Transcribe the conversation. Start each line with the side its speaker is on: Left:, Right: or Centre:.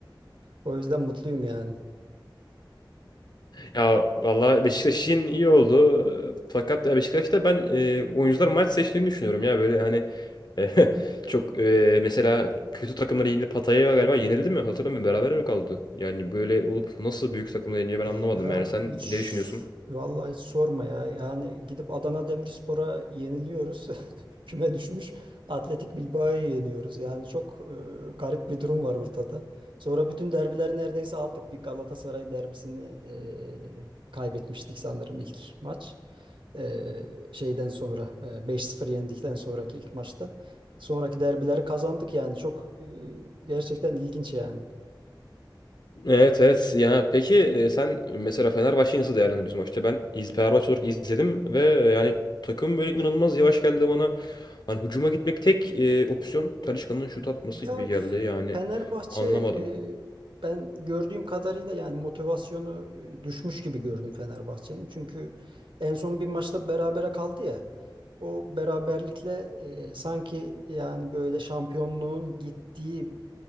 Right: o yüzden mutluyum yani.
Left: Ya valla Beşiktaş için iyi oldu. Fakat ya Beşiktaş'ta ben e, oyuncular maç seçtiğini düşünüyorum ya. Böyle hani e, <laughs> çok e, mesela kötü takımları yenildi. Pattaya galiba yenildi mi? Hatırlamıyorum. Beraber mi kaldı? Yani böyle olup nasıl büyük takımları yeniyor ben
Right: Ya
Left: anlamadım yani. Sen
Right: hiç
Left: ne düşünüyorsun?
Right: vallahi hiç sorma ya. Yani gidip Adana Demirspor'a yeniliyoruz. <laughs> küme düşmüş Atletik Bilbao'yu yeniyoruz. Yani çok e, garip bir durum var ortada. Sonra bütün derbileri neredeyse aldık. Bir Galatasaray derbisini e, kaybetmiştik sanırım ilk maç. E, şeyden sonra e, 5-0 yendikten sonraki ilk maçta. Sonraki derbileri kazandık yani çok e, gerçekten ilginç yani.
Left: Evet evet ya peki e, sen mesela Fenerbahçe'yi nasıl değerlendiriyorsun maçta? Ben iz Fenerbahçe olarak izledim ve yani takım böyle inanılmaz yavaş geldi bana. Hani hücuma gitmek tek e, opsiyon Talisca'nın şut atması
Right: Ya
Left: gibi geldi yani
Right: Fenerbahçe
Left: anlamadım.
Right: e, ben gördüğüm kadarıyla yani motivasyonu e, düşmüş gibi gördüm Fenerbahçe'nin. Çünkü en son bir maçta berabere kaldı ya. O beraberlikle e, sanki yani böyle şampiyonluğun gittiği